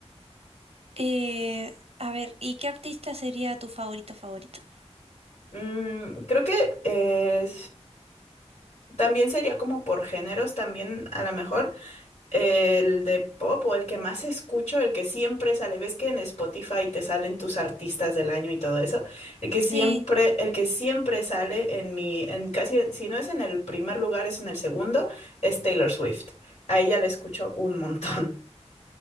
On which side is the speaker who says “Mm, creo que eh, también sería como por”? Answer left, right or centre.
Left